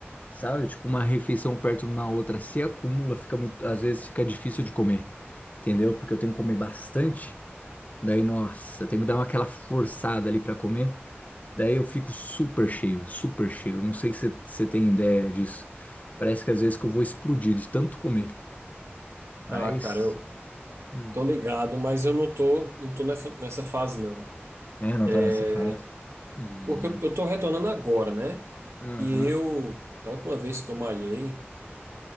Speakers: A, on the left; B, on the right.
A: sabe? Tipo, uma refeição perto de uma outra. Se acumula, fica muito, às vezes fica difícil de comer, entendeu? Porque eu tenho que comer bastante. Daí, nossa, eu tenho que dar uma- aquela forçada ali pra comer. Daí eu fico super cheio, super cheio. Não sei se você tem ideia disso. Parece que às vezes que eu vou explodir de tanto comer. Mas.
B: Ah, cara, eu
A: Hum.
B: tô ligado, mas eu não tô, não tô nessa, nessa fase, não.
A: É, não
B: É,
A: tô nessa fase. Hum,
B: porque eu eu tô retornando agora, né?
A: aham.
B: E eu, da última vez que eu malhei,